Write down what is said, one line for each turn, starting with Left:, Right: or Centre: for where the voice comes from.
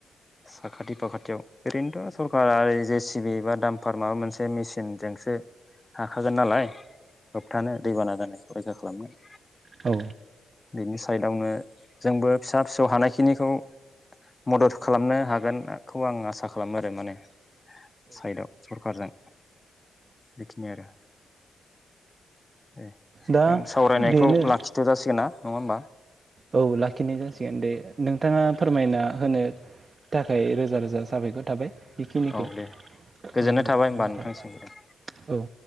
Left: साखाथि फाखाथियाव ओरैनोथ सरखारा जे सि बि बा दामफार माबा मोनसे मेसिन <unintelligible> जोंसो हाखागोन नालाय होबथानो दैबाना जानाय <unintelligible> खालामगोन।
Right: औ
Left: बेनि साइडआवनो जोंबो फिसा फिसौ हानायखिनिखौ मदद खालामनो हागोनखौ आं आसा खालामो आरो माने साइदआव सरकारजों बेखिनि आरो जों
Right: जानानै
Left: सावरायनायखौ लाखिथजासिगोन ना? नङा होमबा
Right: औ लाखिनाय जासिगोन। <inaudible> नोंथाङा फोरमायना होनो थाखाय रोजा रोजा साबायखर थाबाय। बेखिनिखौ
Left: औ दे गोजोननाय
Right: आंनिफ्राय
Left: थाबाय होमबा नोंथांनिसिमबो
Right: औ